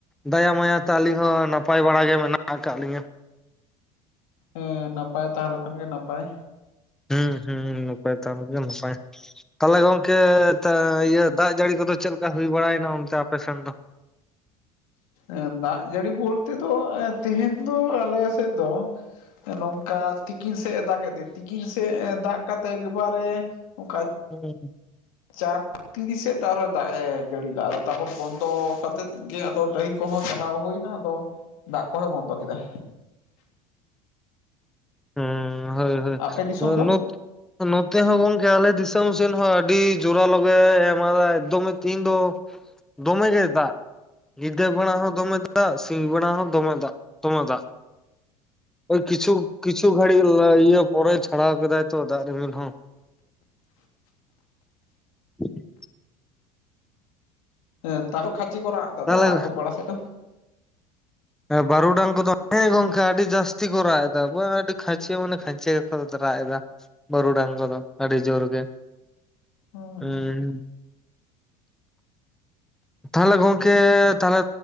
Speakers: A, in the centre; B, on the left.
A: ᱫᱟᱭᱟ ᱢᱟᱭᱟ ᱛᱮ ᱟᱹᱞᱤᱧ ᱦᱚᱸ ᱱᱟᱯᱟᱭ ᱵᱟᱲᱟ ᱜᱮ ᱢᱮᱱᱟᱜ ᱟᱠᱟᱫ ᱞᱤᱧᱟᱹ ᱾
B: ᱦᱮᱸ ᱱᱟᱯᱟᱭ ᱛᱟᱦᱚᱞᱮ ᱠᱷᱟᱱ ᱜᱮ ᱱᱟᱯᱟᱭ᱾
A: ᱦᱩᱸ ᱦᱩᱸ ᱱᱟᱯᱟᱭ ᱛᱟᱦᱮ <unintelligible> ᱜᱮ ᱱᱟᱯᱟᱭ ᱾ ᱛᱟᱦᱚᱞᱮ ᱜᱚᱝᱠᱮ ᱤᱭᱟᱹ ᱫᱟᱜ ᱡᱟᱹᱲᱤ ᱠᱚᱫᱚ ᱪᱮᱫᱞᱮᱠᱟ ᱦᱩᱭ ᱵᱟᱲᱟᱭᱮᱱᱟ ᱚᱱᱛᱮ ᱟᱯᱮ ᱥᱮᱱ ᱫᱚ?
B: ᱮ ᱫᱟᱜ ᱡᱟᱹᱲᱤ ᱵᱚᱞᱛᱮ ᱫᱚ ᱮ ᱛᱮᱦᱮᱧ ᱫᱚ ᱟᱞᱮ ᱥᱮᱫ ᱫᱚ ᱱᱚᱝ ᱠᱟ ᱛᱤᱠᱤᱱ ᱥᱮᱫ ᱮ ᱫᱟᱜᱮᱫ ᱛᱟᱦᱤᱡ ᱛᱤᱠᱤᱱ ᱥᱮᱫ ᱫᱟᱜ ᱠᱟᱛᱮ ᱮᱠᱵᱟᱨᱮ ᱚᱝᱠᱟ
A: <inaudible>
B: ᱪᱟᱨ ᱛᱤᱨᱤᱥ ᱥᱮᱫ ᱟᱨᱦᱚᱸ ᱫᱟᱜ ᱮ ᱡᱟᱹᱲᱤᱞᱟᱜ-ᱟ ᱟᱫᱚ ᱛᱟᱨᱯᱚᱨ ᱵᱚᱱᱫᱚ ᱠᱟᱛᱮᱮᱫ ᱜᱮ ᱟᱫᱚ ᱰᱟᱹᱦᱤ ᱠᱚᱦᱚᱸ ᱪᱟᱞᱟᱣ ᱦᱩᱭ ᱱᱟ ᱟᱫᱚ ᱫᱟᱜ ᱠᱚᱦᱚᱸᱭ ᱵᱚᱱᱫᱚ ᱠᱮᱫᱟᱭ᱾
A: <unintelligible> ᱦᱳᱭ
B: ᱟᱯᱮ ᱫᱤᱥᱚᱢ
A: ᱦᱳᱭ
B: ᱫᱚ
A: ᱱᱚᱛᱮ ᱦᱚᱸ ᱜᱚᱝᱠᱮ ᱟᱞᱮ ᱫᱤᱥᱚᱢ ᱥᱮᱱ ᱦᱚᱸ ᱟᱹᱰᱤ ᱡᱳᱚᱨᱟᱞᱚᱜᱮ ᱮᱢᱟᱫᱟᱭ ᱮᱠᱫᱚᱢᱮ ᱛᱮᱦᱤᱧ ᱫᱚ ᱫᱚᱢᱮ ᱜᱮ ᱫᱟᱜ ᱾ ᱧᱤᱫᱟᱹ ᱵᱮᱲᱟ ᱦᱚᱸ ᱫᱚᱢᱮ ᱫᱟᱜ ᱥᱤᱧ ᱵᱮᱲᱟ ᱦᱚᱸ ᱫᱚᱢᱮ ᱫᱟᱜ ᱫᱚᱢᱮ ᱫᱟᱜ ᱾ ᱳᱭ ᱠᱤᱪᱷᱩ ᱠᱤᱪᱷᱩ ᱜᱷᱟᱹᱲᱤᱡ ᱤᱭᱟᱹ ᱯᱚᱨᱮ ᱪᱷᱟᱲᱟᱣ ᱠᱮᱫᱟᱭ ᱛᱚ ᱫᱟᱜ ᱨᱤᱢᱤᱞ ᱦᱚᱸ᱾ <unintelligible>
B: ᱦᱮᱸ ᱛᱟᱣ ᱠᱷᱟᱪᱤ ᱠᱚ ᱨᱟᱜ ᱫᱟ
A: ᱛᱟᱦᱚᱞᱮ
B: ᱛᱚ ᱟᱛᱳ ᱯᱟᱲᱟ ᱥᱮᱫ ᱫᱚ?
A: ᱵᱟᱹᱨᱩᱰᱟᱝ ᱠᱚᱫᱚ ᱦᱮᱸ ᱜᱚᱝᱠᱮ ᱟᱹᱰᱤ ᱡᱟᱹᱥᱛᱤ ᱠᱚ ᱨᱟᱜ ᱮᱫᱟ ᱟᱹᱰᱤ ᱠᱷᱟᱹᱪᱮ ᱢᱟᱱᱮ ᱠᱷᱟᱹᱪᱮ ᱜᱮᱠᱚ ᱨᱟᱜ ᱮᱫᱟ᱾ ᱵᱟᱨᱩᱰᱟᱝ ᱠᱚᱫᱚ ᱟᱹᱰᱤ ᱡᱳᱨ ᱜᱮ
B: ᱦᱮᱸ
A: ᱦᱩᱸ᱾ ᱛᱟᱦᱚᱞᱮ ᱜᱚᱝᱠᱮ, ᱛᱟᱦᱚᱞᱮ